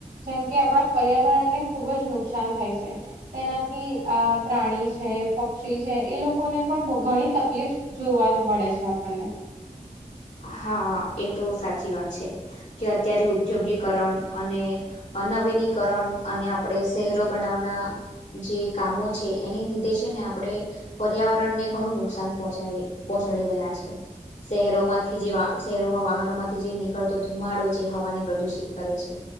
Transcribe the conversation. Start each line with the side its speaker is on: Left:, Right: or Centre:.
Right: જેમ કે આપડા પર્યાવરણને ખુબ જ નુકસાન થાય છે. તેનાથી આ પ્રાણી છે, પક્ષી છે એ લોકોને પણ ઘણી તકલીફ જોવા મળે છે આપણને
Left: હા એ તો સાચી વાત છે કે અત્યારે ઉદ્યોગીકરણ અને નવીનીકરણ અને આપણે શહેરો બનાવવાના જે કામો છે એની લીધે છે ને આપડે પર્યાવરણને ઘણું નુકસાન પહચાડી પહચાડી રહ્યા છે શહેરોમાંથી જે શહેરોમાં વાહનો માંથી જે નીકળતો ધુમાડો છે હવાને પ્રદુષિત કરે છે